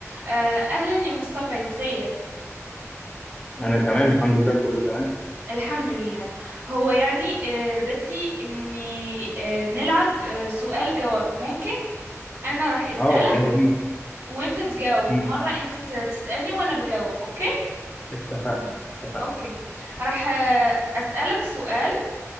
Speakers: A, on the right; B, on the left.
A: آه، أهلا يا مصطفى ازيك؟
B: انا تمام الحمد لله كله تمام
A: الحمد لله هو يعني آه، بدي إني آه، نلعب آه، سؤال جواب ممكن؟ أنا راح أسألك
B: اه يلا بينا
A: وأنت تجاوب
B: مم.
A: مرة أنت ت- تسألني وأنا بجاوب أوكي؟
B: اتفقنا اتفقنا
A: أوكي راح آه، أسألك سؤال